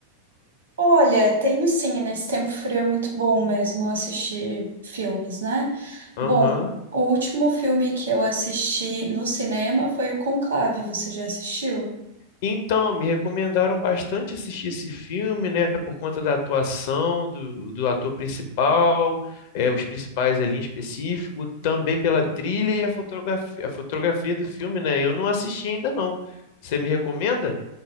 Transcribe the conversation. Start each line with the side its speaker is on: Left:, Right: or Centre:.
Right: Olha, tenho sim, nesse tempo frio é muito bom mesmo assistir filmes, né?
Left: Aham.
Right: Bom, o último filme que eu assisti no cinema foi o Conclave, você já assistiu?
Left: Então, me recomendaram bastante assistir esse filme, né, por conta da atuação do, do ator principal, é, os principais ali em específico, também pela trilha e a fotografia, a fotografia do filme, né? Eu não assisti ainda não. Você me recomenda?